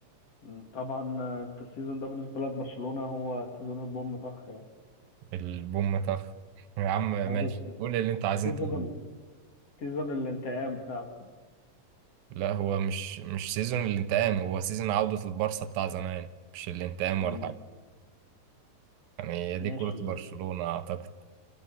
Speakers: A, on the left (about 45°); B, on the right (about 80°).
A: م. طبعا آه، انت السيزون ده بالنسبة لك برشلونة هو سيزون البوم طخ يعني
B: البوم طف <laughs> يا عم ماشي
A: آه، ده
B: قول اللي أنت عايز
A: سيزون
B: أنت تقوله.
A: ال... سيزون الانتقام بتاعكم
B: لا هو مش مش سيزون الانتقام هو سيزون عودة البارسا بتاع زمان مش الانتقام
A: امم
B: ولا حاجة يعني هي
A: ماشي
B: دي كرة برشلونة أعتقد